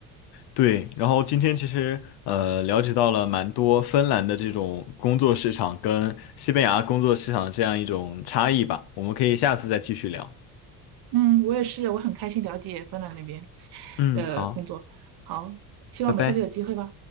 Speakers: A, on the left (about 70°); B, on the right (about 65°).
A: 对，然后今天其实呃了解到了蛮多芬兰的这种工作市场跟西班牙工作市场的这样一种差异吧，我们可以下次再继续聊。
B: 嗯，我也是，我很开心了解芬兰那边
A: 嗯，
B: 的工作。
A: 好，
B: 好，希望我们下次有机会吧。
A: 拜拜。